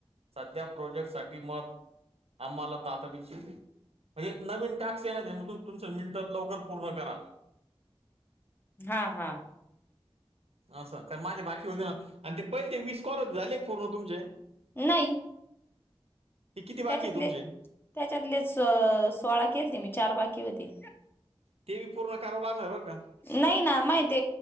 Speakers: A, on the right; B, on the left.
A: सध्या प्रोजेक्टसाठी मत आम्हाला तातडीच म्हणजे नवीन टास्क येला म्हग तून तुमचं मिनटात लवकर पूर्ण करा.
B: हा हा.
A: असं का बाकी होते ना, माझे आणि ते पहिले वीस कॉल झाले का तुमचे.
B: नाही.
A: ते किती बाकी
B: त्याच्यातले
A: आहे तुमचे
B: त्याच्यातले सोळा केलते मी चार बाकी होते.
A: ते भी पूर्ण करावं लागणार बर का.
B: नाही ना माहिती